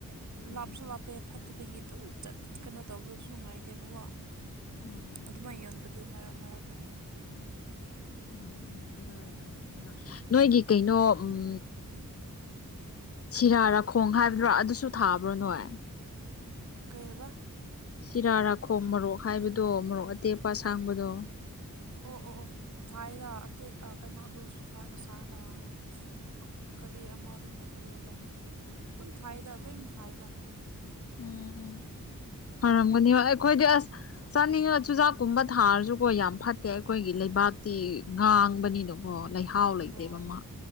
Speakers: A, on the left; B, on the right.
A: ꯎꯝ
B: ꯂꯥꯞꯁꯨ ꯂꯥꯞꯄꯦ ꯐꯠꯇ ꯑꯗꯨꯝ ꯀꯩꯅꯣ ꯇꯧꯕꯗꯁꯨ ꯅꯨꯡꯉꯥꯏꯇꯦꯕꯀꯣ
A: ꯎꯝ
B: ꯑꯗꯨꯃꯥꯏꯅ ꯌꯣꯟꯕ <inaudible> ꯗꯤ ꯃꯔꯛ ꯃꯔꯛꯇꯅꯤꯗ
A: ꯎꯝ ꯎꯝ ꯑꯗꯨ ꯑꯣꯏꯔꯝꯒꯅꯤ ꯍꯣꯏ ꯅꯣꯏꯒꯤ ꯀꯩꯅꯣ ꯎꯝ ꯁꯤꯔꯥꯔꯥꯈꯣꯡ ꯍꯥꯏꯕ꯭ꯔꯣ ꯑꯗꯨꯁꯨ ꯊꯥꯕ꯭ꯔꯣ ꯅꯣꯏ
B: ꯀꯩꯑꯕ
A: ꯁꯤꯔꯥ ꯔꯥꯈꯣꯡ ꯃꯔꯣꯛ ꯍꯥꯏꯕꯗꯣ ꯃꯔꯣꯛ ꯑꯇꯦꯛꯄ ꯑꯁꯥꯡꯕꯗꯣ
B: ꯑꯣ ꯑꯣ ꯑꯣ ꯊꯥꯏꯗ ꯑꯇꯩ ꯀꯩꯅꯣ ꯑꯗꯨ <unintelligible> ꯀꯔꯤ ꯑꯃꯗꯨꯅ ꯀꯔꯤ ꯍꯥꯢꯕ ꯑꯗꯨꯝ ꯊꯥꯏꯗ ꯂꯣꯏ ꯊꯥꯏꯗ
A: ꯎꯝ ꯎꯝ ꯐꯔꯝꯒꯅꯤ ꯑꯩꯈꯣꯏꯗꯤ ꯑꯁ ꯆꯥꯅꯤꯡꯉ ꯆꯨꯖꯥꯛꯀꯨꯝꯕ ꯊꯥꯔꯁꯨꯀꯣ ꯌꯥꯝ ꯐꯠꯇꯦ ꯑꯩꯈꯣꯏꯒꯤ ꯂꯩꯕꯥꯛꯇꯤ ꯉꯥꯡꯕꯅꯤꯅ ꯀꯣ ꯂꯩꯍꯥꯎ ꯂꯩꯇꯦꯕ
B: ꯑꯣ
A: ꯃꯥ